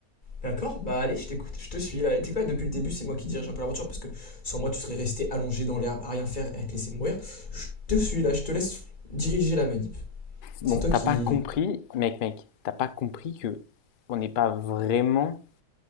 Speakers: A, on the left; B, on the left.
A: D'accord, bah allez, je t'écoute, je te suis là. T'es quoi, depuis le début, c'est moi qui dirige un peu l'aventure parce que sans moi, tu serais resté allongé dans l'herbe à rien faire et à te laisser mourir. Je te suis là, je te laisse diriger la manip.
B: Bon,
A: C'est toi qui.
B: t'as pas compris, mec, mec, t'as pas compris que on n'est pas vraiment